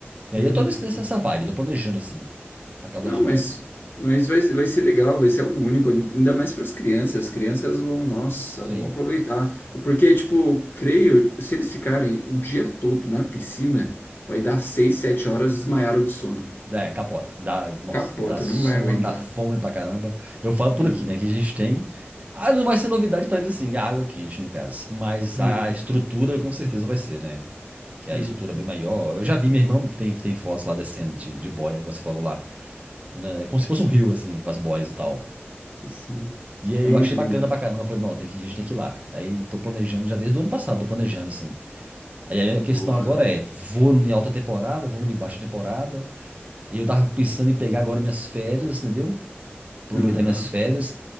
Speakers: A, on the right; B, on the left.
A: E
B: Uhum.
A: aí eu tô nesse- nessa vibe, tô planejando, assim, pra Caldas
B: Não,
A: Novas.
B: mas, mas vai, vai ser legal, vai ser algo único, ainda mais para as crianças. As crianças vão, nossa,
A: Sim.
B: vão aproveitar. Porque, tipo, creio, se eles ficarem o dia todo na piscina, vai dar seis, sete horas desmaiaram do sono.
A: É, capota. Dá, nossa,
B: Capota,
A: dá sono,
B: não vai aguentar.
A: dá fome pra caramba. Eu falo por
B: Sim,
A: aqui, né? Que a gente tem. Ah, não vai ser novidade pra eles assim, a água quente, no caso. Mas
B: Uhum,
A: a estrutura com certeza vai ser, né? Que a
B: uhum.
A: estrutura é bem maior. Eu já vi, minha irmã tem, tem fotos lá descendo de, de boia, como você falou lá. né? É como se fosse
B: sim,
A: um rio, assim, com as boias e tal.
B: sim.
A: E aí
B: É
A: eu
B: muito
A: achei bacana
B: lindo.
A: pra caramba. Eu falei, não, tem que, a gente tem que ir lá. Daí tô planejando já desde o ano passado, tô planejando assim. Aí
B: Boa.
A: a questão agora é, vou em alta temporada, vamos em baixa temporada. E eu tava pensando em pegar agora minhas férias, entendeu? Aproveitar
B: Aham,
A: minhas férias.